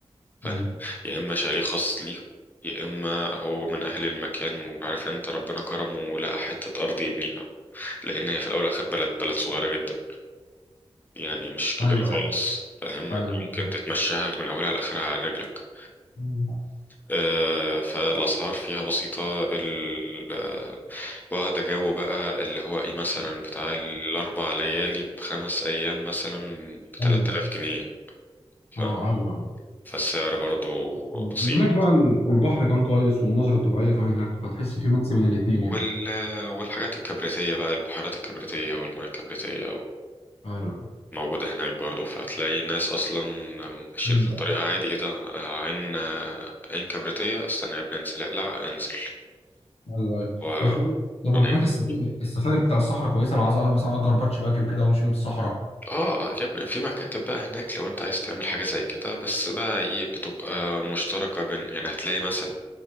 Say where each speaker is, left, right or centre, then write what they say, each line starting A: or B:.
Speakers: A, on the left (about 15°); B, on the left (about 75°).
A: فاهم
B: مم.
A: يا إما شاليه خاص ليه يا إما هو من أهل المكان وعارف أنت ربنا كرمه ولقى حتة أرض يبنيها لأن هي في الأول والآخر بلد بلد صغيرة جدا يعني مش كبيرة
B: ايوه
A: خالص
B: ايوه
A: فاهم
B: ايوه
A: أنت
B: بالظبط
A: ممكن تتمشاها من أولها لآخرها على رجلك
B: مم.
A: آه، فالأسعار فيها بسيطة ال- آه، واخدة جو بقى اللي هو ايه مثلا بتاع الأربع ليالي بخمس أيام مثلا بتلات
B: ايوه
A: آلاف جنيه ف-
B: اه ايوه
A: فالسعر برضو
B: مم.
A: بسيط
B: وهناك بقى ال- البحر كان كويس والمناظر الطبيعيه كمان هناك فتحس في ميكس بين الاثنين
A: وال...
B: يعني
A: والحاجات الكبريتية بقى البحيرات الكبريتية والمياه الكبريتية
B: ايوه
A: موجودة هناك برضو فهتلاقي ناس أصلا ماشيين
B: مم.
A: في الطريق عادي ايه ده آه، عين آه، عين كبريتية استنى يا ابني انزل اقلع انزل
B: ايوه ايوه
A: و-
B: وحوار طب
A: رايح
B: وهناك السف- السفاري بتاع الصحراء كويسه لو عايز أ- مثلا اجر باتش باجي وكده وامشي بيه في الصحراء
A: اه آه، يا ابني في مكاتب بقى هناك لو انت عايز تعمل حاجة زي كده بس بقى ايه بتبقى مشتركة بين يعني هتلاقي مثلا